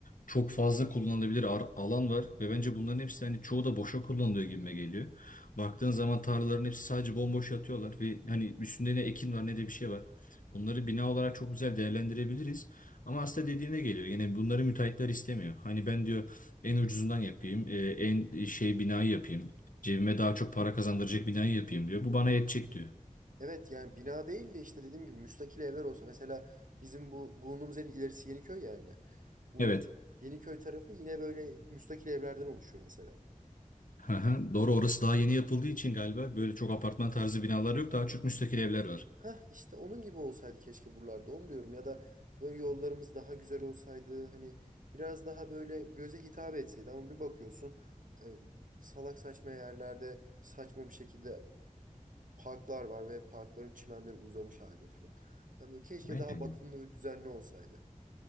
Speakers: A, on the left (about 75°); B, on the right (about 75°).
A: çok fazla kullanılabilir ar- alan var ve bence bunların hepsi hani çoğu da boşa kullanılıyor gibime geliyor. Baktığın zaman tarlaların hepsi sadece bomboş yatıyorlar ve hani üstünde ne ekin var ne de bir şey var. Bunları bina olarak çok güzel değerlendirebiliriz. Ama aslında dediğine geliyor. Yine bunları müteahhitler istemiyor. Hani ben diyor en ucuzundan yapayım, e, en e, şey binayı yapayım. Cebime daha çok para kazandıracak binayı yapayım diyor. Bu bana yetecek diyor.
B: Evet yani bina değil de işte dediğim gibi müstakil evler olsa. Mesela bizim bu bulunduğumuz yerin ilerisi Yeniköy yani. Bu
A: Evet.
B: Yeniköy tarafı yine böyle müstakil evlerden oluşuyor mesela.
A: Hı hı, Doğru orası daha yeni yapıldığı için galiba böyle çok apartman tarzı binalar yok. Daha çok müstakil evler var.
B: Hah işte onun gibi olsaydı keşke buralarda onu diyorum. Ya da böyle yollarımız daha güzel olsaydı. Hani biraz daha böyle göze hitap etseydi. Ama bir bakıyorsun e, salak saçma yerlerde saçma bir şekilde parklar var ve parkların çimenleri uzamış halde falan. Yani böyle keşke
A: Aynen.
B: daha bakımlı
A: yani.
B: ve düzenli olsaydı.